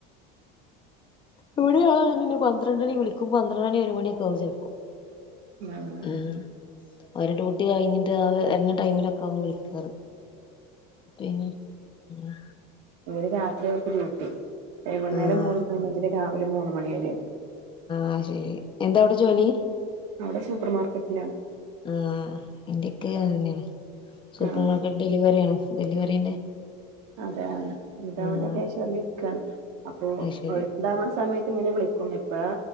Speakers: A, on the left; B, on the right.
A: ഇവിടെയാ അങ്ങനെ പന്ത്രണ്ടണി വിളിക്ക്മ്പോ പന്ത്രണ്ട് മണി ഒരു മണിയൊക്കെ കും ചിലപ്പോ
B: ആഹ്
A: ഉമ് അവര് ഡ്യുട്ടി കഴിഞ്ഞിട്ട് അവ വര്ണ ടൈമിലൊക്കെ ആവും വിളിക്കാറ് പിന്നെ ഉമ്
B: ഓര് രാത്രി അവർക്ക് ഡ്യൂട്ടി വൈകന്നേരം
A: ആഹ്
B: മൂന്ന് മണി മുതൽ രാവിലെ മൂന്ന് മണി വരെ.
A: ആ ശരി എന്താ അവിടെ ജോലി?
B: അവിടെ സൂപ്പർ മാർക്കറ്റിലാണ്
A: ആഹ് എന്റീക്കേം അതന്നെണ് സൂപ്പർ
B: ആഹ്
A: മാർക്കറ്റ് ഡെലിവറിയാണ് ഡെലിവറിന്റെ
B: അതെയാണ് ഇത്
A: ആഹ്
B: അവടെ കൃാഷ റ്ല് ഇരിക്കാണ് അപ്പോ
A: അത് ശരി
B: അവ ഉണ്ടാവുന്ന സമയത്ത് ഇങ്ങനെ വിളിക്കും എപ്പഴാ